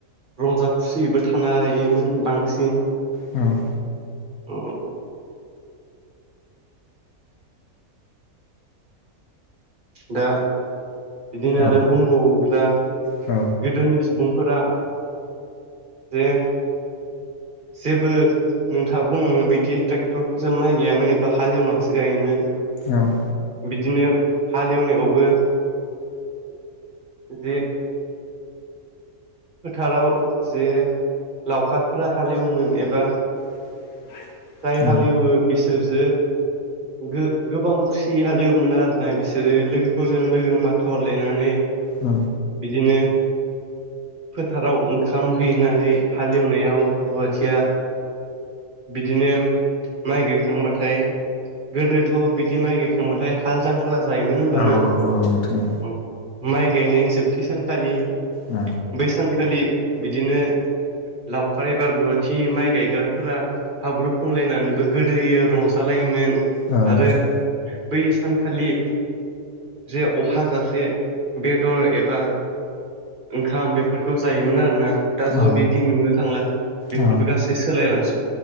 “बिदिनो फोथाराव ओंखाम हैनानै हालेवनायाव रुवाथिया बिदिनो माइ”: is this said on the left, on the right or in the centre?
Right